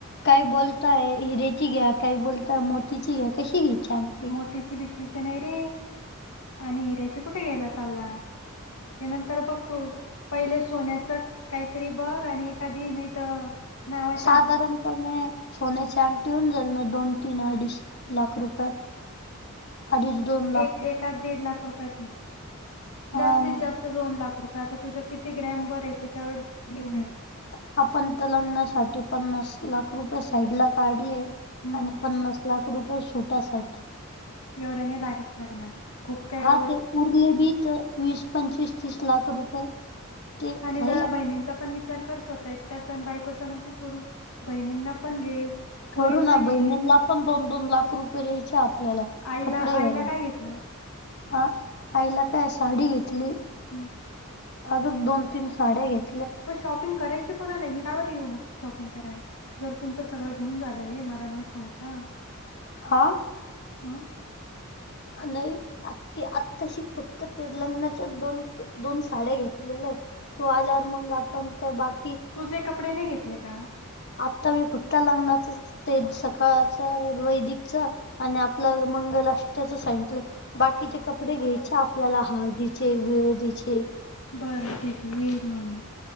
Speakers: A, on the left (about 50°); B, on the left (about 80°).
A: काय बोलताय हिरेची घ्या काय बोलताय मोतीची घ्या कशी घ्यायची अंगठी
B: मोतीची बीतीचे नाही रे आणि हिऱ्याचे कुठे घ्यायला चालला <inaudible> ते नंतर बघतो पहिले सोन्याच काहीतरी बघ आणि एखादी नाही तर नावाच्या
A: साधारणपणे सोन्याची अंगटी होऊन ना जाईल दोन तीन अडीच लाख रुपयात अडीच दोन लाख
B: एक
A: रुपये
B: एखाद दीड लाख रुपयात इन
A: हा
B: जास्तीत
A: मग
B: जास्त दोन लाख रुपये आता तुझ्या किती ग्रॅम वर त्याच्यावर
A: ह्
B: डिपेंड.
A: आपण तर लग्नासाठी पन्नास लाख रुप साईड ला काढले
B: हं.
A: आणि पन्नास लाख रुपये ोटासाठी
B: एवढ्या नाही लागत लग्नाला खूप काय
A: हा
B: एवढं
A: ते उरले भी तर वीस, पंचवीस, तीस लाख रुपये ते
B: आणि
A: राहिला
B: जरा बहिणींचा पण विचार कर स्वतः एकट्याच आणि बायकोचा नको करू. बहिणींना पण घे. पोरींना
A: करू ना
B: घे
A: बहिणींना पण दोन दोन लाख रुपये द्यायचे आपल्याला
B: आईला
A: कपडे घ्यायला.
B: आईला काय घेतलं
A: हा आईला काय साडी घेतली
B: हम्म.
A: अजून दोन तीन साड्या घेत
B: मग शॉपिंग करायची कोणालाय मी कावर येऊ मग शॉपिंग करायला जर तुमचं सगळं घेऊन झालंय मला न सांगता
A: हा
B: हं
A: नाही आ आत्ताशी फक्त ते लग्नाच्या दोन दोन साड्या घेतलेल्या आहेत त आल्या मग आप बाकी
B: तुझे कपडे नाही घेतले का
A: आत्ता मी फुट्टा लागणारच ते सकाळच वैदिक आणि आपलं मंगलष्टच सट बाकीचे कपडे घ्यायचे आपल्याला हळदी <unintelligible>
B: बरं ठीक आहे येईल म मी.